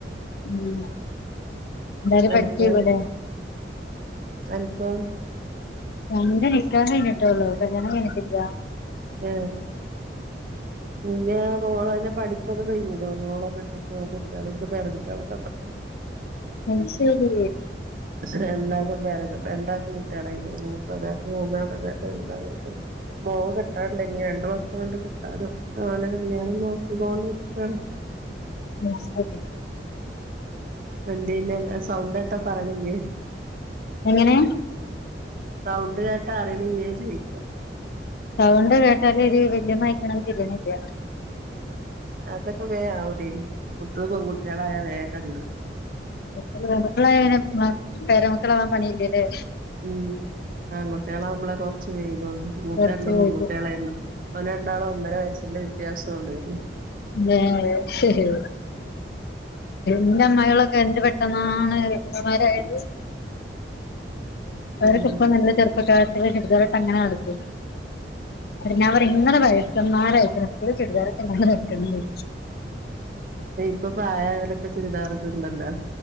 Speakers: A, on the left; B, on the right.
A: ഉം എന്തായാലും
B: അൻക്കോ?
A: പഠിക്കേക്കുല്ലേ
B: അൻക്കോ?
A: എന്റെ നികാഹ് കഴിഞ്ഞിട്ടൊള്ളൂ കല്യാണം കഴിഞിട്ടില്ല
B: ഏഹേ ഇന്റെ മോളനെ പഠിപ്പൊക്കെ കയ്ഞ്ഞ്ക്ണു മോളെ കെട്ടിച്ച് ഓകുട്ട്യാളി ഇൻക് പേര കുട്ട്യാളൊക്കണ്ട്.
A: അത് ശെരി.
B: രണ്ടാക്കും പേരക്ക് രണ്ടാക്കും കുട്ട്യാളയ്ക്ണ്, ക് ഒരാക്ക് മൂന്നാള് ഒരാക് രണ്ടാളയ്ക്ക്ണ്. മോ കെട്ടാണ്ട്ഞ്ഞ് രണ്ട് മക്കള്ണ്ട് കെട്ടാന്, മോന്റെ കല്യാണം നോക്കികോണ്ടിര്ക്കാണ്.
A: അഹ്സെരി
B: എന്ത്യെന്നെ സൗണ്ടേട്ടാ പറിണ്ല്ലേ?
A: എങ്ങനെ?
B: സൗണ്ട് കേട്ടാ അറിണില്ല്യാ ചോയ്ക്ക.
A: സൗണ്ട് കേട്ടാലൊര് വല്ലിമ്മയ്ക്ക്ണ് തിരിണില്ല.
B: അതൊക്കെ വേം അവൊടി, കുട്ട്യള് പെൺകുട്ട്യാളായ വേകെണ്ട്.
A: പെങ്കുട്ടിയളായ പിന പേരമക്കളാവാൻ പണില്ലലെ.
B: മ് ആങ്കുട്ട്യാളാവുമ്പളെ കൊറ്ച്ച് വെയ്കൊള്ളു മൂത്തണ്ടും
A: കുറച്ച്
B: പെങ്കുട്ട്യാളേയ്ന്നു
A: ഇത്
B: ഓലണ്ടാളും ഒന്നര വയസിന്റെ വ്യത്യാസൊള്ളായര്ന്ന്
A: ങ്ങ്ഹേ ന്റെ അമ്മായാളൊക്കെന്ത് പെട്ടെന്നാണ് വല്യമ്മമാരായത് ഓരക്കപ്പ
B: ഉം
A: നല്ല ചെർപ്പകാര്ത്ത്യാള്, ചുര്താറ്ട്ടക്കെങ്ങനെ നടക്കും. ഞാ പറ്യു ങ്ങള് വയസ്സമ്മാരയ്ക്ക്ണ്, പ്പളും ചുര്ദാറ്ട്ട്ങ്ങനെ നടക്കാണ്.
B: ഇപ്പ പ്രായായോലൊക്കെ ചുരിദാറ്ട് ണ്ടല്ലോ?